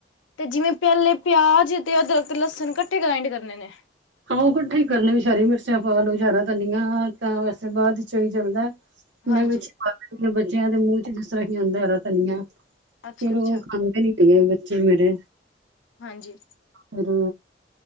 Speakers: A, on the left; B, on the right.
A: ਤੇ ਜਿਵੇਂ ਪਿਹਲੇ ਪਿਆਜ ਤੇ ਅਦਰਕ, ਲਸਣ ਇਕੱਠੇ ਗ੍ਰਾਇੰਡ ਕਰਨੇ ਨੇ।
B: ਹਾਂ ਇਕੱਠੇ ਹੀ ਕਰਨ ਵਿੱਚ ਹਰੀ ਮਿਰਚਾਂ ਪਾ ਲੋ ਹਰਾ ਧਨੀਆ ਤਾਂ ਵੈਸੇ ਬਾਅਦ ਚੋਂ ਹੀ ਚੱਲਦਾ।
A: ਹਾਂਜੀ,
B: ਮੈਂ ਵਿੱਚ ਪਾ ਦਿਨੀ ਆ, ਬੱਚਿਆਂ ਦੇ ਮੂੰਹ ਚ ਜਿਸ ਤਰ੍ਹਾਂ ਹੀ ਆਉਂਦਾ ਹੈ ਹਰਾ ਧਨੀਆਂ। ਫੇਰ
A: ਅੱਛਾ-ਅੱਛਾ,
B: ਉਹ ਖਾਂਦੇ ਨੀ ਹੈਗੇ ਬੱਚੇ ਮੇਰੇ,
A: ਹਾਂਜੀ।
B: ਫੇਰ